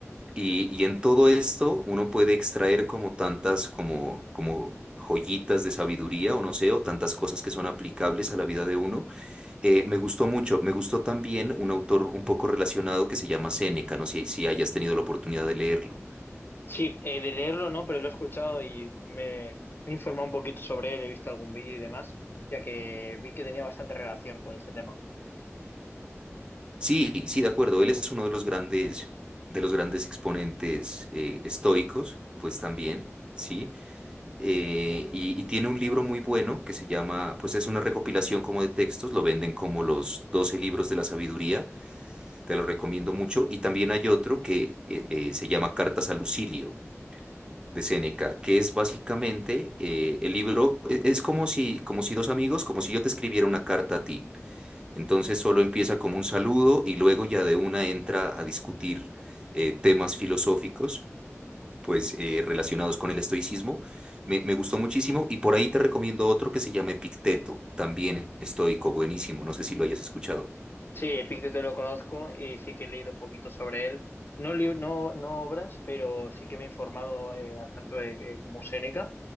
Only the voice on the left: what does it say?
Sí, eh, de leerlo no, pero lo he escuchado y me, me he informado un poquito sobre él, he visto algún vídeo y demás, ya que vi que tenía bastante relación con este tema.
Sí, Epicteto lo conozco y sí que he leído un poquito sobre él. No, li- no, no obras, pero sí que me he informado eh, a tanto de, eh, como Séneca.